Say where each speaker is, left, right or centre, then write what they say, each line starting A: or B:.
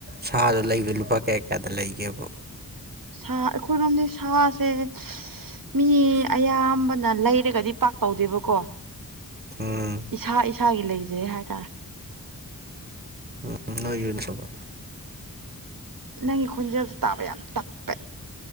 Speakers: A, on the right; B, on the right.
A: ꯁꯥꯗ ꯂꯩꯕ ꯂꯨꯄꯥ ꯀꯌꯥ ꯀꯌꯥꯗ ꯂꯩꯒꯦꯕ
B: ꯁꯥ ꯑꯩꯈꯣꯏꯔꯣꯝꯗꯤ ꯁꯥꯁꯦ ꯃꯤ ꯑꯌꯥꯝꯕꯅ ꯂꯩꯔꯒꯗꯤ ꯄꯥꯛ ꯇꯧꯗꯦꯕꯀꯣ
A: ꯎꯝ
B: ꯏꯁꯥ ꯏꯁꯥꯒꯤ ꯂꯩꯖꯩ ꯍꯥꯏꯇꯥꯔꯦ
A: ꯎꯝ ꯅꯣꯏ ꯌꯅꯤ ꯁꯕ
B: ꯅꯪꯒꯤ ꯈꯣꯟꯖꯦꯜꯗ ꯇꯥꯕ ꯌꯥꯝ ꯇꯞꯄꯦ